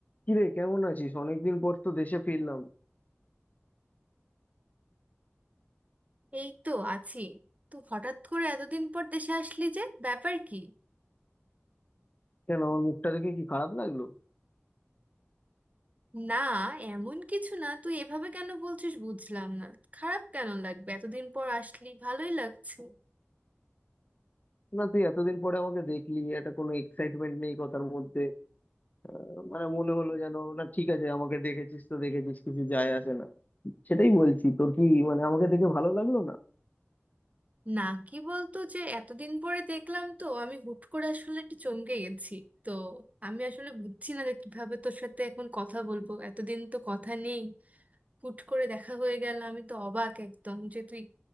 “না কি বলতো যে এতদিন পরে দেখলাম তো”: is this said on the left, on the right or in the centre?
Right